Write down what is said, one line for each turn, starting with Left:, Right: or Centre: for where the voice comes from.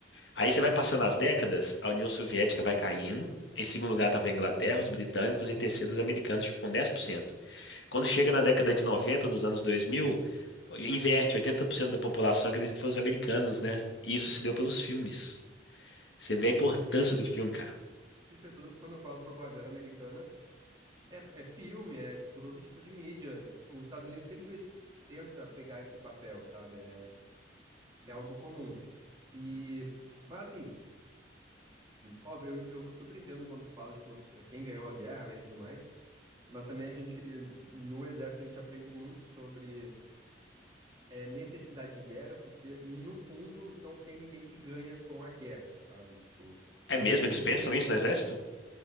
Left: Aí você vai passando as décadas, a União Soviética vai caindo. Em segundo lugar estava a Inglaterra, os britânicos, em terceiro os americanos, tipo, com 10%. Quando chega
Right: uhum.
Left: na década de 90, nos anos 2000, inverte, 80% da população acredita que foram os americanos, né? E isso se deu pelos filmes. Você vê
Right: Filme,
Left: a importância
Right: sim, é-
Left: do filme, cara.
Right: isso é tudo. Quando eu falo propaganda americana, é, é filme, é, tipo, todo tipo de mídia. Os Estados Unidos sempre tenta pegar esse papel, sabe? É, é algo comum. E, mas assim. Óbvio, eu, eu super entendo quando tu fala, tipo, quem ganhou a guerra, né, e tudo mais. Mas também a gente, no exército, a gente aprende muito sobre é, necessidade de guerra, porque no fundo não tem ninguém que ganha com a guerra, sabe? Tipo,
Left: É mesmo?
Right: sempre
Left: Eles pensam
Right: tem muitas.
Left: isso no exército?